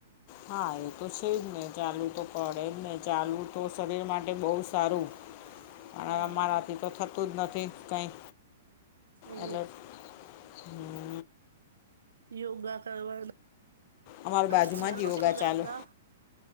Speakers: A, on the left (about 45°); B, on the right (about 70°).
A: હા એ તો છે જ ને ચાલવું તો પડે જ ને ચાલવું તો શરીર માટે બહુ સારું
B: <unintelligible>
A: આ
B: હા
A: અમારાથી તો થતું જ નથી કાઈ,
B: એ
A: એટલે હમ
B: યોગા કરવાનું
A: અમારી
B: <unintelligible>
A: બાજુમાં યોગા
B: જ
A: ચાલુ
B: આપડા